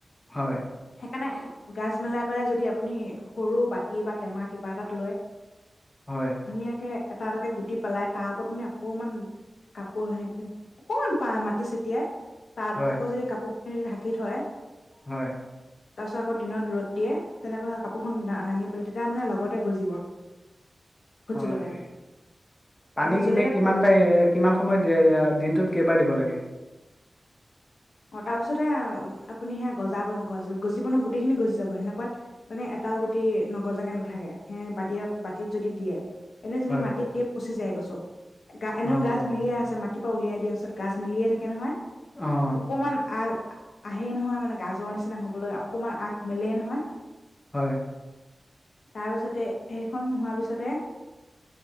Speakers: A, on the left; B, on the left.
A: হয়,
B: হে কাৰণে গাজ মেলাৰ পৰাই যদি আপুনি সৰু বাতি বা টেমা কিবা এটাত লয়ৈ
A: হয়
B: ধুনীয়াকে এটা এটাকে গুটি পেলাই তাৰ ওপৰত মানে অকমান কাপোৰ হেৰি কৰি অকমান পা মাটি চটিয়াই তাত
A: হয়,
B: আকৌ যদি কাপোৰ। ঢাকি থয়
A: হয়।
B: তাৰ পিছত আকৌ দিনত ৰ'দ দিয়ে তেনেকুৱা কাপোৰখন দা দাঙি পেল তেতিয়া মানে লগতে গজিব। ভোট
A: হয়
B: জলকীয়াটো
A: পানী
B: মানে জলকীয়াটো
A: কিনি কিমান তাই, কিমান সময়ত দিয়ে দিনটোত কেইবাৰ দিব লাগে?
B: অ তাৰপিছতে আপুনি সেয়া গজাব গজ গজিব নহয়, গোটেই খিনি গজি যাব সেনেকুৱাত মানে এটাও গুটি নগজাকে নাথাকে। সে বাতিয়ে বাতিত যদি দিয়ে। এনে যদি
A: হয়।
B: মাটিত দি পচি যায় গৈ চব গা এনেও
A: অ',
B: গাজ মিলিয়ে আছে মা ৰাতিপুৱা উলিয়াই দিয়াৰ পাছত কাজ মিলিয়ে থাকে নহয়!
A: অ',
B: অকমান আৰ আহে ই নহয় মানে গাজৰ নিচিনা হবলৈ অকনমান আগ মেলেই নহয়
A: হয়।
B: তাৰপিছতে সেইখন হোৱাৰ পিছতে